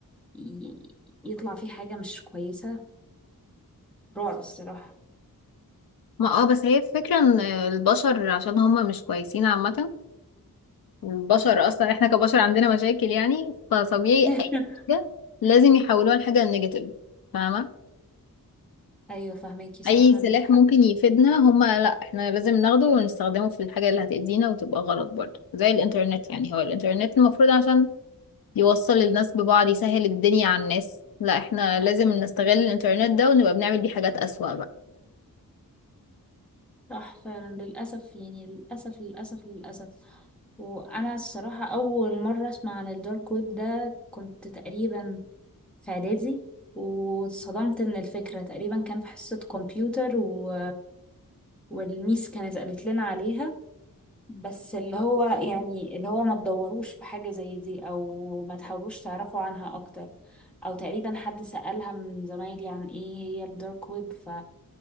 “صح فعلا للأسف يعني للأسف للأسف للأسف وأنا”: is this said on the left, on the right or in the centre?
Centre